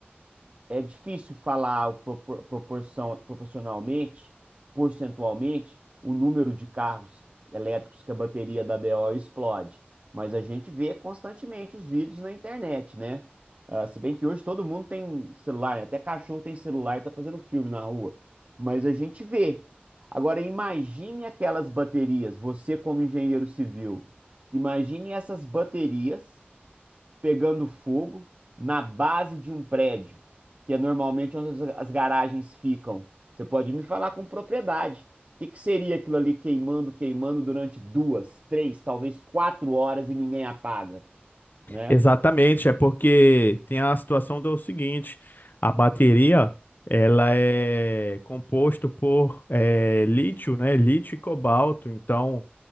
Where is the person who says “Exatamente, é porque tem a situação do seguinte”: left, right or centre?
Left